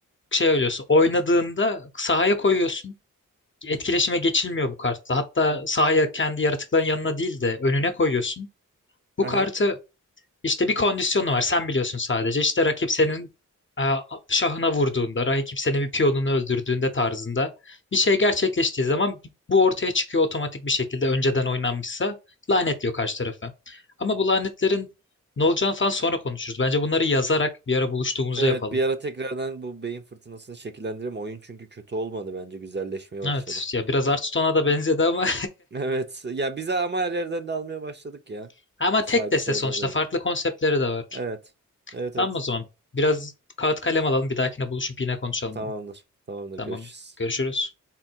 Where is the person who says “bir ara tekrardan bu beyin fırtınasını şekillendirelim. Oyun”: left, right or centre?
Right